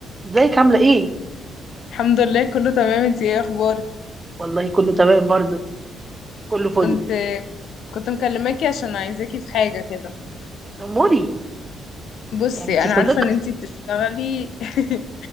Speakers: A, on the right; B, on the left.
A: ازيك عاملة ايه؟
B: الحمد لله كله تمام انتي ايه اخبارك
A: والله كله تمام برضو كله فل
B: كنت كنت مكلماكي عشان عايزاكي في حاجة كده
A: اموري
B: بصي
A: يعني انتي
B: انا
A: صديقتي
B: عارفة ان انتي بتشتغلي <laughs>